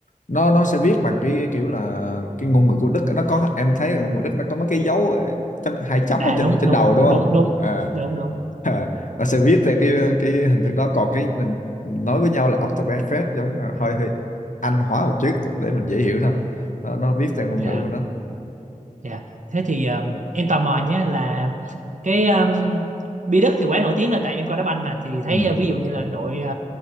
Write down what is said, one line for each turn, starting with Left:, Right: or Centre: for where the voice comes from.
Left: nó nó sẽ viết bằng cái kiểu là cái ngôn ngữ của Đức á, nó có em thấy là ngôn ngữ Đức nó có mấy cái dấu ờ, chấm, hai chấm
Right: à
Left: ở trên
Right: đúng
Left: trên
Right: đúng
Left: đầu đúng
Right: đúng
Left: không
Right: đúng
Left: à,
Right: đúng đúng
Left: <laughs> à, nó sẽ viết theo cái cái hình thức đó còn cái mình nói với nhau là Oktoberfest giống như là hơi hơi Anh hóa một chút để mình dễ hiểu thôi nó, nó viết theo ngôn
Right: dạ
Left: ngữ của nó
Right: dạ thế thì um, em tò mò nhé là cái um, Bi Đức thì quá nổi tiếng là tại em coi đá banh mà thì thấy
Left: ừ.
Right: uh, ví dụ như là đội uh,